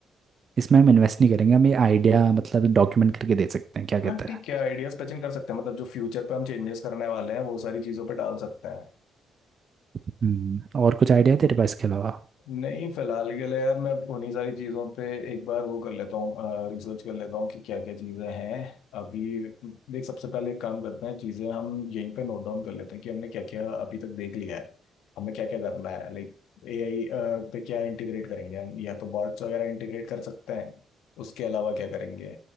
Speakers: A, on the right; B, on the left.
A: इसमें हम इन्वेस्ट नहीं करेंगे हम ये आइडिया मतलब डॉक्यूमेंट करके दे सकते हैं क्या कहता
B: हाँ ठीक
A: है
B: है आइडियाज पचिंग कर सकते हैं मतलब जो फ्यूचर पे हम चेंजेस करने वाले हैं वो सारी चीजों पे डाल सकते हैं
A: हम्म, और कुछ आइडिया है तेरे पास इसके अलावा
B: नहीं फिलहाल के लिए यार मैं उन्हीं सारी चीज़ों पे एक बार वो कर लेता हूँ रिसर्च कर लेता हूँ कि क्या क्या चीज़ें हैं अभी देख सबसे पहले एक काम करते हैं चीज़ें हम यहीं पे नोट डाउन कर लेते हैं कि हमने क्या क्या अभी तक देख लिया है हमें क्या क्या करना है लाइक एआई पे क्या इंटीग्रेट करेंगे हम या तो बॉट्स वगैरह इंटीग्रेट कर सकते हैं उसके अलावा क्या करेंगे